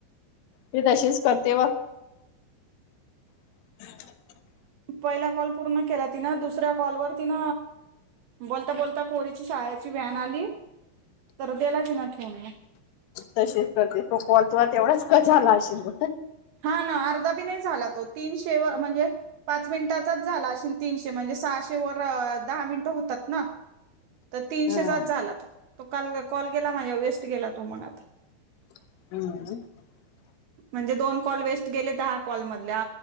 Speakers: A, on the left; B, on the right.
A: मी तशीच करते वा हम्
B: पहिला कॉल पूर्ण केला ति ना दुसऱ्या कॉलवर तिन बोलता बोलता पोरीची शाळेत वन आली तर दिला तिने ठेऊन
A: तशीच करते तो कॉल तू तेवढाच कजालाशील मग
B: हो ना अर्धाबी नाही झाला तो तीनशे व म्हणजे पाच मिनटाचाच झाला असेल तीनशे म्हणजे सहाशे वर दहा मिनिट होतात ना तर तीनशेचाच
A: हम्म
B: झाला तो, तो काल कॉल केला माझ्या वेस्ट गेला तो मग आता
A: <inaudible>
B: म्हणजे दोन कॉल वेस्ट गेले दहा कॉल मधल्या